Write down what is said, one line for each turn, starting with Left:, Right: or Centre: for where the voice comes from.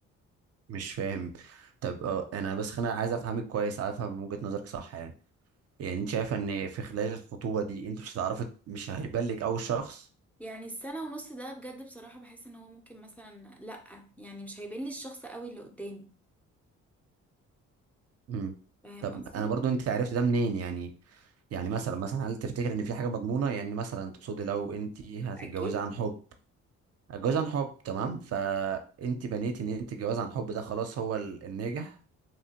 Right: مش فاهم طب آه، انا بس انا عايز افهمك كويس عايز افهم من وجهة نظرك صح يعني يعني انت شايفه ان في خلال الخطوبه دي انت مش هتعرفي مش هيبان لك اول شخص
Centre: يعني السنه ونص ده بجد بصراحه بحس ان هو ممكن مثلا لا يعني مش هيبين لي الشخص قوي اللي قدامي
Right: امم
Centre: فاهم
Right: طب
Centre: قصدي
Right: انا برضو انت عرفت ده منين يعني يعني مثلا مثلا هل تفتكر ان في حاجه مضمونه يعني مثلا تقصدي لو انت هتتجوزي
Centre: اكيد
Right: عن حب هتجوزي عن حب تمام فانت بنيتي ان انت الجواز عن حب ده خلاص هو ال- الناجح